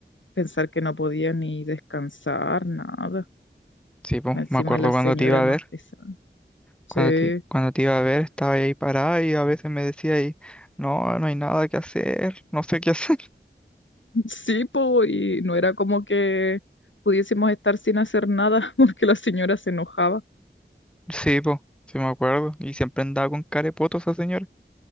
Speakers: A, on the left; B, in the centre.
A: pensar que no podía ni descansar, nada.
B: Sí, po,
A: Encima
B: me acuerdo
A: la
B: cuando
A: señora
B: te iba a
A: más
B: ver,
A: pesada.
B: cuando
A: Sí,
B: te, cuando te iba a ver estaba ahí parada y a veces me decía ahí, no, no hay nada que hacer, no sé qué hacer. <laughs>
A: <laughs> sí, po, y no era como que pudiésemos estar sin hacer nada <laughs> porque la señora se enojaba.
B: Sí, po, sí me acuerdo, y siempre andaba con carepotos esa señora,